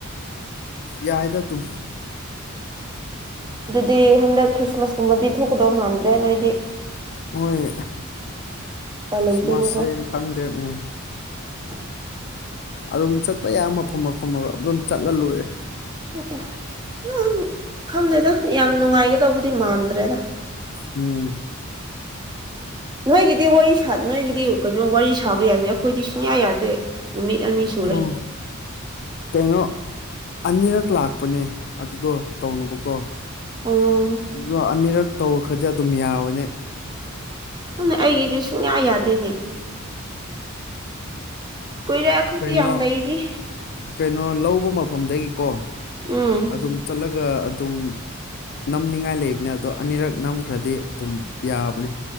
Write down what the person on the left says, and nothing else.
ꯌꯥꯏꯗ ꯇꯨ
ꯍꯣꯏ
ꯈ꯭ꯔꯤꯁꯃꯥꯁꯁꯦ ꯈꯪꯗꯦ ꯎꯝ
ꯑꯗꯨꯝ ꯆꯠꯄ ꯌꯥꯏ ꯃꯐꯝ ꯃꯐꯝ ꯑꯃ ꯑꯗꯨ ꯑꯗꯨꯝ ꯆꯠꯂ ꯂꯣꯏꯔꯦ
ꯎꯝ
ꯑꯣ ꯇꯩꯅꯣ ꯑꯅꯤꯔꯛ ꯂꯥꯛꯄꯅꯦ ꯑꯗꯨꯗꯣ ꯇꯧꯅꯕꯀꯣ
ꯑꯗꯣ ꯑꯅꯤꯔꯛ ꯇꯧꯈ꯭ꯔꯗꯤ ꯑꯗꯨꯝ ꯌꯥꯕꯅꯦ
ꯀꯩꯅꯣ
ꯀꯩꯅꯣ ꯂꯧꯕ ꯃꯐꯝꯗꯒꯤꯀꯣ
ꯑꯗꯨꯝ ꯆꯠꯂꯒ ꯑꯗꯨꯝ ꯅꯝꯅꯤꯡꯉꯥꯏ ꯂꯩꯕꯅꯦ ꯑꯗꯣ ꯑꯅꯤꯔꯛ ꯅꯝꯈ꯭ꯔꯗꯤ ꯑꯗꯨꯝ ꯌꯥꯕꯅꯦ